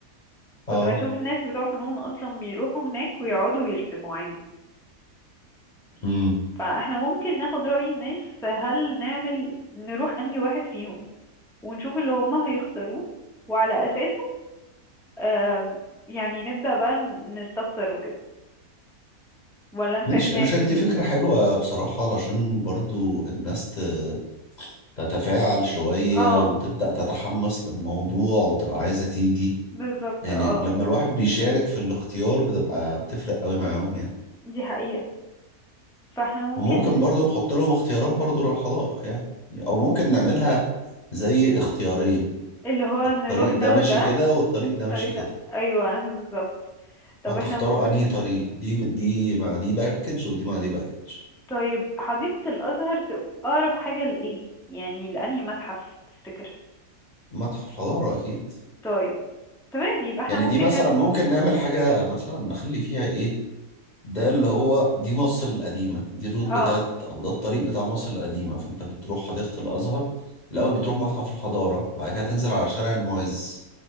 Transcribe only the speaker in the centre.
كنت
بشوف الناس بتوع فنون اصلا بيروحوا هناك ويقعدوا ويرسموا عادي
فاحنا ممكن ناخد رأي الناس فهل نعمل نروح انهي واحد فيهم ونشوف اللي هم هيختاروه وعلى أساسه آم، يعني نبدأ بقى ن- نستفسر وكده ولا انت
شايف نعكس
اه
بالظبط
اه
دي حقيقة فاحنا ممكن
اللي هو نروح
ده
وده
الطريق
ده ايوه أنا فاهم بالظبط طب
احنا م-
طيب حديقة الأزهر تبقى أقرب حاجة لإيه يعني لأنهي متحف تفتكر
طيب تمام يبقى احنا
ممكن
نعمل
اه
مم،
مم،